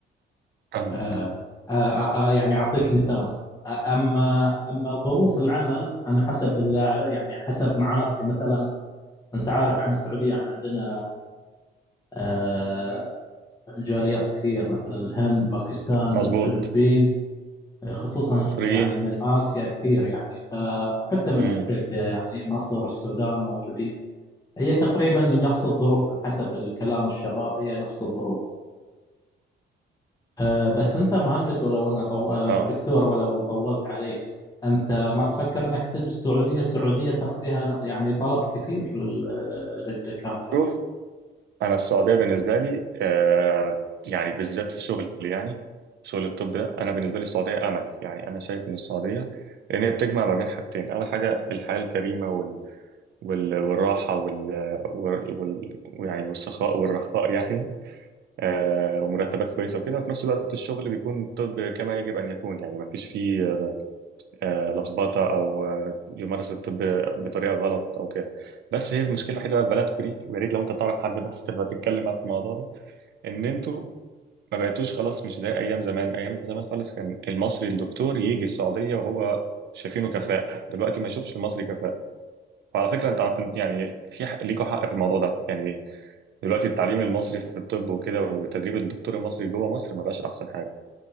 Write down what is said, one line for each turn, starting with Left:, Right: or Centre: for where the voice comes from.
Right: فاهمك
Left: آه، آه، آه، آه، يعني أعطيك مثال آه، أما أما ظروف العمل أنا حسب اللي أعرف- يعني حسب معارفي مثلا أنت عارف عن السعودية يعني عندنا آه، جاليات كثير مثلا الهند باكستان
Right: مظبوط
Left: الفلبين آه، خصوصا ش-
Right: مصريين
Left: يعني من آسيا كثير يعني ف- وحتى من
Right: امم
Left: أفريقيا يعني مصر السودان موجودين هي تقريبا نفس الظروف من حسب الكلام الشباب هي نفس الظروف آه، بس أنت مهندس ولو أن طو... آه،
Right: اه
Left: دكتور ولو طولت عليك أنت ما تفكر أنك تجي السعودية السعودية ترى فيها يعني طلب كثير لل... آه، للدكاترة
Right: شوف انا السعوديه بالنسبه لي آه يعني بالذات في شغل يعني شغل الطب ده انا بالنسبه لي السعوديه امل يعني انا شايف ان السعوديه لان هي بتجمع ما بين حاجتين اول حاجه الحياه الكريمه وال... وال... والراحه وال... وال... وال... يعني والسخاء والرخاء يعني آه، ومرتبات كويسه وكده وفي نفس الوقت الشغل بيكون طب كما يجب ان يكون يعني ما فيش فيه آه، لخبطه او آه، يمارس الطب بطريقه غلط او كده بس هي المشكله الوحيده بقى في بلدكم دي ويا ريت لو انت تعرف حد بقى <laughs> تبقى تتكلم معاه في الموضوع ده ان انتوا ما بقيتوش خلاص مش زي ايام زمان ايام زمان خالص كان المصري الدكتور يجي السعوديه وهو شايفينه كفاءة دلوقتي ما يشوفش المصري كفاءة وعلى فكرة انت عن- يعني في حق ليكوا حق في الموضوع ده يعني دلوقتي التعليم المصري في الطب وكده وتدريب الدكتور المصري جوه مصر ما بقاش احسن حاجه